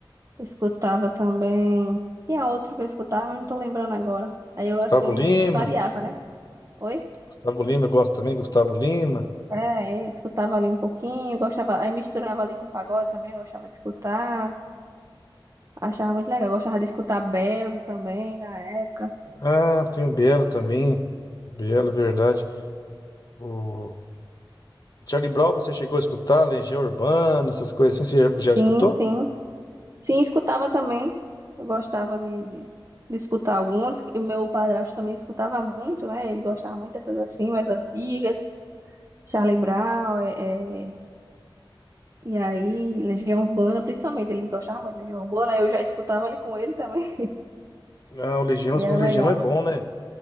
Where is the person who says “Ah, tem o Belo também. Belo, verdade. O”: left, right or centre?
Left